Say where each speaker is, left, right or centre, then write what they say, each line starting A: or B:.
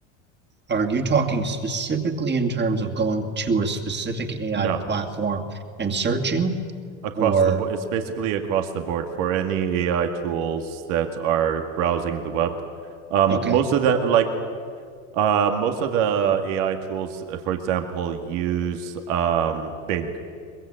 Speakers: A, on the right (about 25°); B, on the right (about 70°).
A: are you talking specifically in terms of going to a specific AI
B: No.
A: platform and searching?
B: across
A: Or,
B: the board. It's basically across the board for any AI tools that are browsing the web. Um,
A: okay,
B: most of the like uh, most of the AI tools, uh, for example, use um, Bing